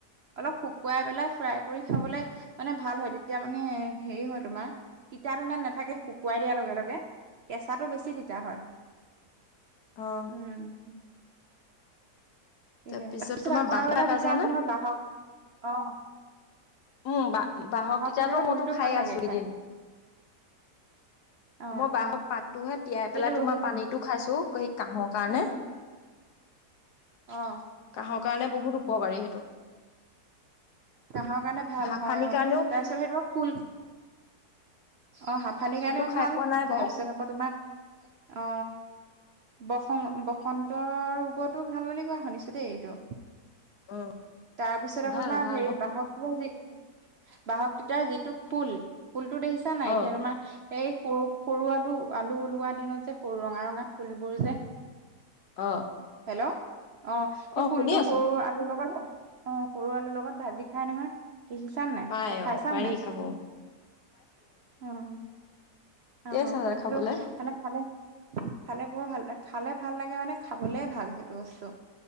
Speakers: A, on the right; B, on the left.
A: অলপ শুকুৱাই পেলাই ফ্ৰাই কৰি খাবলে মানে ভাল হয়। তেতিয়া মানে হেৰি হয় তোমাৰ তিতাটো ইমান নাথাকে শুকুৱাই দিয়া লগে লগে। <unintelligible> চাহটো বেছি তিতা হয়।
B: অ
A: উম। সয়হে
B: তাৰপিছত
A: তাৰ পিছত
B: তোমাৰ
A: আকৌ
B: বাঁহ
A: আৰু এটা
B: খাই
A: দিতিতা
B: পাইছানে
A: এজনহয় বাহক অ।
B: উম ব বাহক তেতিয়াতো
A: তিতাটো
B: মইতো
A: ফুলটো
B: খাই
A: ভাল লাগে
B: আছো এদিন।
A: অ
B: মই বাহক পাতটোোহে তিয়াই
A: সেইটো
B: পেলাই তোমাৰ
A: সেই
B: পানীতটো খাইছো সেই কাঁহক। কাৰণে।
A: অ।
B: কাহৰ কাৰণে বহুত উপকাৰী সেইটো।
A: কাহৰ কাৰণে ভাল
B: হাঁফানিৰ
A: হয় অ
B: কাৰণেও
A: তাৰপিছত সেইটো ফুল। অ হাফানিৰ কাৰণেও
B: ফুলটো খাই
A: ভাল
B: পোৱা নাই
A: তাৰপিছত
B: বাৰু
A: আকৌ তোমাৰ অ। বসন্ত বসন্তৰ ৰোগটো ভাল বুলি কোৱা শুনিছো দেই এইটো।
B: অ
A: তাৰপিছত আকৌ
B: ভাল
A: মাৰ
B: ভাল
A: হেৰি। বাহক তিতাৰ যি বাহক তিতাৰ যিটো ফুল ফুলতো দেখিছা নাই
B: অ
A: এতিয়া তোমাৰ। এই সৰু সৰু আলু আলু ওলোৱা দিনত যে সৰু ৰঙা ৰঙা ফুলবোৰ যে।
B: অ
A: হেল্ল' অ সেই
B: অ
A: ফুলটো
B: শুনি আছো
A: সৰু আলু লব ন। অ সৰু আলুৰ লগত ভাজি খাই নহয়। দেখিছান নাই
B: পাই
A: খাইছা
B: অ পাৰি
A: নাই
B: খাব
A: অ। অ
B: টেষ্ট
A: অ
B: আছে
A: হেইটো
B: খাবলে।
A: আন খালে। খালে বৰ ভাল খালে ভাল লাগে মানে খাবলে ভাল সেইটো বস্তু।